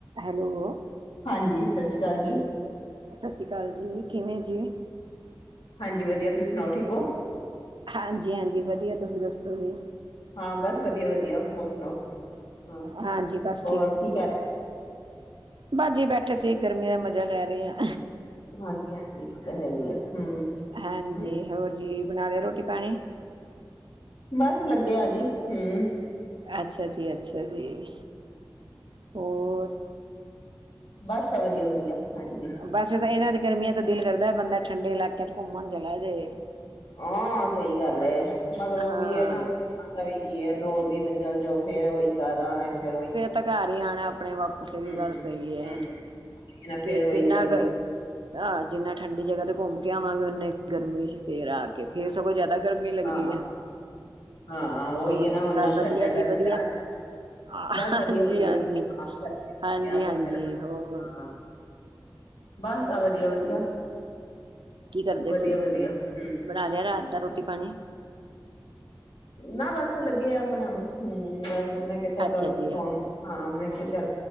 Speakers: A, on the right; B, on the left.
A: Hello.
B: ਹਾਂਜੀ, ਸਤਿ ਸ਼੍ਰੀ ਅਕਾਲ ਜੀ।
A: ਸਤਿ ਸ਼੍ਰੀ ਅਕਾਲ ਜੀ, ਕਿਵੇਂ ਜੀ?
B: ਹਾਂਜੀ, ਵਧੀਆ ਤੁਹੀ ਸੁਣਾਓ ਠੀਕ ਹੋ?
A: ਹਾਂਜੀ-ਹਾਂਜੀ ਵਧੀਆ, ਤੁਸੀਂ ਦੱਸੋ ਜੀ?
B: ਹਾਂ ਬਸ ਵਧੀਆ-ਵਧੀਆ, ਹੋਰ ਸੁਣਾਓ? ਹਾਂ,
A: ਹਾਂਜੀ ਬਸ
B: ਹੋਰ ਕੀ ਕਰ ਰਹੇ?
A: ਬਾਸ ਜੀ ਬੈਠੇ ਸੀ, ਗਰਮੀ ਦਾ ਮਜਾ ਲੈ ਰਹੇ ਆਂ।
B: ਹਾਂਜੀ-ਹਾਂਜੀ, ਉਹ ਤਾ ਹੈਹੀ ਏ, ਹੂੰ।
A: ਹਾਂਜੀ।
B: ਹੂੰ
A: ਹੋਰ ਜੀ, ਬਣਾ ਲਿਆ ਰੋਟੀ-ਪਾਣੀ?
B: ਬਸ ਲੱਗੇ ਆ ਜੀ, ਹੂੰ।
A: ਅੱਛਾ ਜੀ-ਅੱਛਾ ਜੀ, ਹੋਰ?
B: ਬਸ ਆ ਵਧੀਆ-ਵਧੀਆ ਹਾਂਜੀ।
A: ਬਸ ਤਾਂ ਇਹਨਾਂ ਦੀ ਗਰਮੀਆਂ ਤੋਂ ਦਿਲ ਕਰਦਾ, ਬੰਦਾ ਠੰਡੇ ਇਲਾਕਿਆਂ ਚ ਘੁੰਮਣ ਚਲਾ ਜੇ।
B: ਹਾਂ ਸਹੀ ਗੱਲ ਏ, ਬਸ
A: ਹਾਂ,
B: ਉਹ ਵੀ ਏ ਨਾ। ਤਾ ਵੀ ਕੀ ਹੈ, ਦੋ ਦਿਨ ਚੱਲ ਜਾਓ ਫੇਰ ਉਹੀ ਘਰ ਆਣਾ ਫੇਰ ਉਹੀ।
A: ਤਾਂ ਘਰ ਹੀ ਆਣਾ ਆਪਣੇ ਵਾਪਸ, ਇਹ ਵੀ
B: ਹੂੰ
A: ਗੱਲ ਸਹੀ ਹੈ।
B: ਹੂੰ,
A: ਕਿ
B: ਫੇਰ ਉਹੀ
A: ਜਿੰਨਾ
B: ਗਰਮੀ
A: ਕ ਆਹ ਜਿੰਨਾ ਠੰਡੀ ਜਗਾ ਤੇ ਘੁੰਮ ਕੇ ਆਵਾਂਗੇ ਉਨੇ ਗਰਮੀ ਚ ਫੇਰ ਆ ਕੇ, ਫੇਰ ਸਗੋਂ ਜਿਆਦਾ ਗਰਮੀ ਲੱਗਦੀ
B: ਹਾਂ
A: ਹੈ।
B: ਹਾਂ, ਉਹੀ
A: ਹੋਰ
B: ਹੈ ਨਾ
A: ਸਭ
B: ਓਨਾ ਖਰਚਾ
A: ਵਧੀਆ ਜੀ
B: ਕਰਕੇ
A: ਵਧੀਆ।
B: ਆ,
A: ਹਾਂਜੀ-
B: ਬਸ ਵਧੀਆ ਵਧੀਆ।
A: ਹਾਂਜੀ,
B: ਹਾਂ,
A: ਹਾਂਜੀ-ਹਾਂਜੀ
B: ਆ ਜਾਓ ਫੇਰ
A: ਹੋਰ?
B: ਹਾਂ, ਬਸ ਆ ਵਧੀਆ-ਵਧੀਆ,
A: ਕੀ ਕਰਦੇ
B: ਵਧੀਆ-
A: ਸੀ
B: ਵਧੀਆ ਹੁੰ।
A: ਬਣਾ ਲਿਆ ਰਾਤ ਦਾ ਰੋਟੀ- ਪਾਣੀ।
B: ਨਾ ਬਸ ਲੱਗੇ ਆ ਬਣਾਉਣ, ਹੂੰ ਬਸ ਮੈਂ ਕਿਹਾ ਤੁਹਾਨੂੰ
A: ਅੱਛਾ ਜੀ
B: ਫੋਨ ਹਾਂ ਮੈਂ ਕਿਹਾ ਚੱਲ